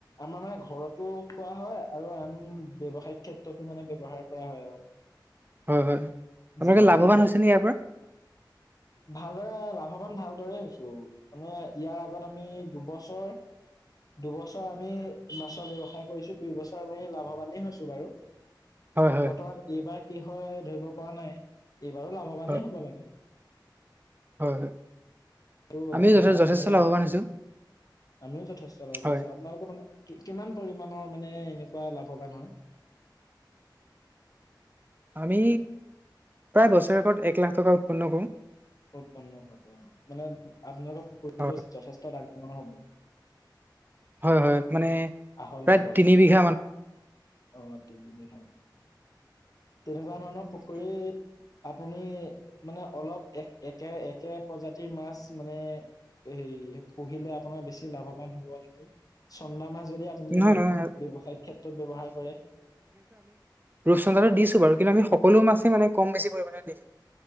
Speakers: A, on the left (about 50°); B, on the right (about 25°).
A: আমাৰ মানে ঘৰতো খোৱা হয় আৰু আম ব্য্ৱসায় ক্ষেত্ৰতো মানে ব্যৱহাৰ কৰা হয় আৰু।
B: হয়, হয় আপোনালোকে
A: যিহেতু
B: লাভৱান হৈছে নি ইয়াৰ পৰা?
A: ভালদৰে লাভৱান ভালদৰে হৈছো মানে ইয়াৰ আগত আমি দুবছৰ দুবছৰ আমি মাছৰ ব্য়ৱসায় কৰিছো দুই বছৰ আমি লাভৱানেই হৈছো। বাৰু
B: হয় হয়
A: বৰ্তমান এইবাৰ কি হয় ধৰিব পৰা নাই। এইবাৰো লাভৱানেই
B: হয়
A: হ'ব লাগে।
B: হয়।
A: আৰু
B: আমিও
A: লাভৱান
B: যথে যথেষ্ট
A: হয়য়ে
B: লাভৱান হৈছোঁ
A: আমিও যথেষ্ট লাভৱান
B: হয়
A: আছো আপোনালোকৰ মানে কিমান পৰিমমানৰ মানে এনেকুৱা লাভৱান হয়?
B: আমি প্ৰায় বছৰেকত এক লাখ টকা উৎপন্ন কৰোঁ।
A: উৎপন্ন কৰে আৰু মানে আপোনালোকৰ পৰিৱেশ
B: হয়
A: যথেষ্ট ডাঙাঙৰ হ'ব।
B: হয় হয় মানে
A: আহল
B: প্ৰায়
A: বহল
B: তিনি বিঘা মান।
A: অ তিনিবিঘা তেনেকুৱা ধৰণৰ পুখুৰীত আপুনি মানে অলপ এক একে একে প্ৰজাতিৰ মাছ মানে এইে পু়িলে আপোনাৰ বেছি লাভবান হব নেকি চন্দাম মাছ যদি আপুনি
B: নহয় নহয় নহয়
A: ব্যৱসায় ক্ষেত্ৰত ব্যৱহাৰ কৰে।
B: ৰূপচন্দ্ৰাটো দিছো বাৰু, কিন্তু আমি সকলো মাছেই মানে কম বেছি পৰিমাণে দি